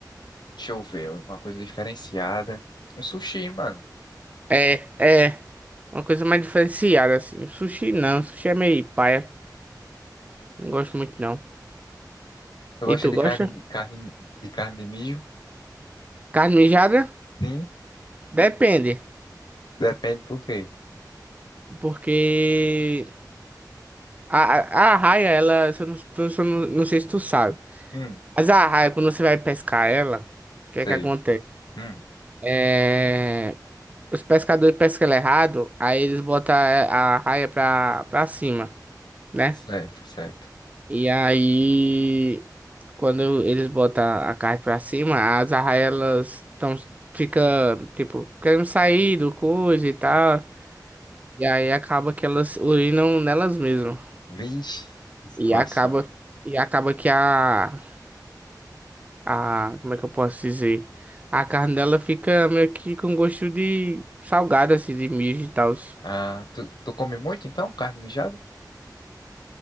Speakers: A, on the left; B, on the right.
A: Deixa eu ver, uma coisa diferenciada. Um sushi, mano.
B: É, é. Uma coisa mais diferenciada, assim. Sushi não, sushi é meio paia. Não gosto muito, não.
A: Tu gosta
B: E tu
A: de carne
B: gosta?
A: de carne de carne de mijo?
B: Carne mijada?
A: Sim,
B: Depende.
A: depende por quê.
B: Porque a, a, a arraia, ela, se eu não, tu- se eu não, não sei se tu sabe,
A: Hum,
B: mas a arraia, quando você vai pescar ela, o que
A: sei.
B: é que acontece?
A: Hum,
B: É, os pescadores pescam ela errado, aí eles botam a a arraia pra, pra cima, né?
A: certo, certo.
B: E aí. Quando eles botam a carne pra cima, as arraias tão fica tipo querendo sair do coisa e tal, e aí acaba que elas urinam nelas mesmas.
A: Vixe, que situação.
B: E acaba e acaba que a a como é que eu posso dizer? A carne dela fica meio que com gosto de salgada assim, de mijo e tal.
A: Ah, tu, tu come muito então, carne mijada?